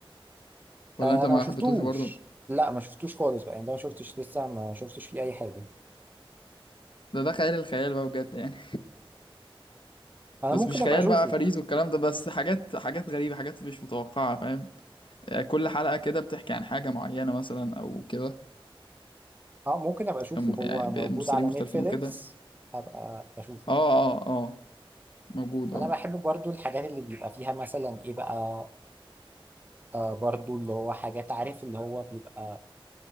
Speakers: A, on the left (about 60°); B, on the right (about 20°).
A: ولا
B: آه
A: انت
B: انا
A: ما
B: ما شفتوش
A: حبيتوش برضه
B: لا ما شفتوش خالص بقى يعني ده ما شفتش لسه ما شفتش فيه اي حاجة
A: ده ده خيال الخيال بقى بجد يعني <laughs>
B: انا
A: بس
B: ممكن
A: مش
B: ابقى
A: خيال
B: اشوفه
A: بقى فريد والكلام ده بس حاجات حاجات غريبه حاجات مش متوقعه فاهم آه، كل حلقه كده بتحكي عن حاجه معينه مثلا او كده
B: اه ممكن ابقى اشوفه
A: أم-
B: هو
A: يعني بممثلين
B: موجود على
A: مختلفين
B: نتفليكس
A: وكده
B: ابقى اشوفه
A: اه اه اه موجود اه
B: انا بحب برضو الحاجات اللي بيبقى فيها مثلا ايه بقى آه برضو اللي هو حاجات عارف اللي هو بيبقى